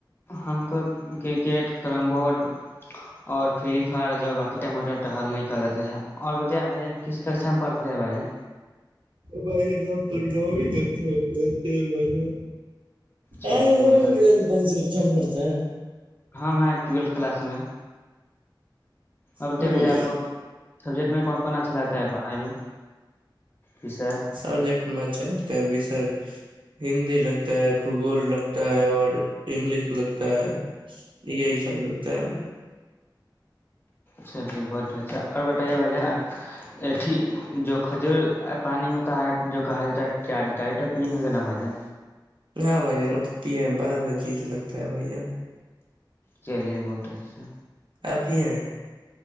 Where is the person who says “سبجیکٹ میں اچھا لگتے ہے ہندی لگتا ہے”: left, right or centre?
Right